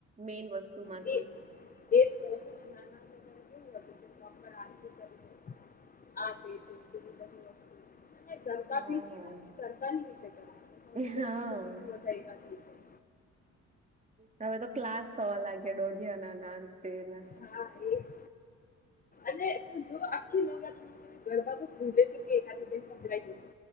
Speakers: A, on the right (about 25°); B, on the left (about 30°).
A: મેઈન વસ્તુમાંથી
B: એ એ જ <unintelligible> આ <unintelligible> ગરબા બીતી ગરબા
A: હા
B: ની રીતે
A: હા
B: <unintelligible>
A: હવે તો ક્લાસ થવા લાગે દોઢિયાના નાં તે ને <inaudible>
B: હા એ જ અને જો આખી નવરાત્રી તમે ગરબા તો ભૂલે ચુકા <unintelligible> સંળઈ જશે